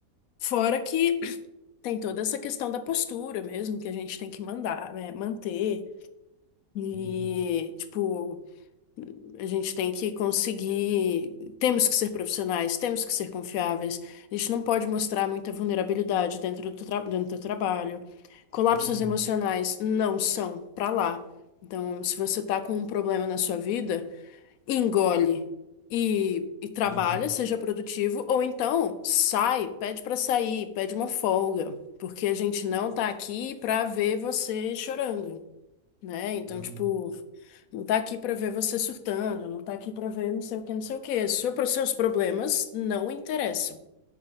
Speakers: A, on the left; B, in the centre.
A: fora que <clears throat> tem toda essa questão da postura mesmo que a gente tem que mandar, né, manter e,
B: Uhum,
A: tipo, a gente tem que conseguir. Temos que ser profissionais, temos que ser confiáveis. A gente não pode mostrar muita vulnerabilidade dentro do, tra- dentro do trabalho. Colapsos
B: uhum,
A: emocionais não são pra lá. Então, se você tá com um problema na sua vida, engole e, e trabalha,
B: aham,
A: seja produtivo, ou então sai, pede pra sair, pede uma folga, porque a gente não tá aqui pra ver você chorando né? Então,
B: aham,
A: tipo, não tá aqui pra ver você surtando, não tá aqui pra ver não sei o que, não sei o que. Seu, seus problemas não interessam